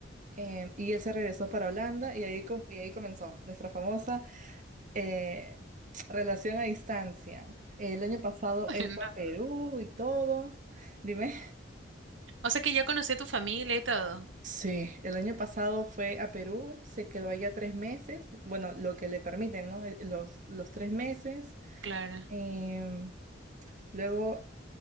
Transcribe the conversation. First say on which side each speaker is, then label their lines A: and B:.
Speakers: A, on the right (about 45°); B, on the right (about 80°).
A: em, y él se regresó para Holanda y ahí, co- y ahí comenzó nuestra famosa eh, relación a distancia. El año pasado
B: ay,
A: él
B: no.
A: fue a Perú y todo. Dime.
B: O sea que ya conocí a tu familia y todo.
A: Sí, el año pasado fue a Perú, se quedó allá tres meses, bueno, lo que le permiten, ¿no? Eh, Los, los tres meses.
B: Claro.
A: Em, luego,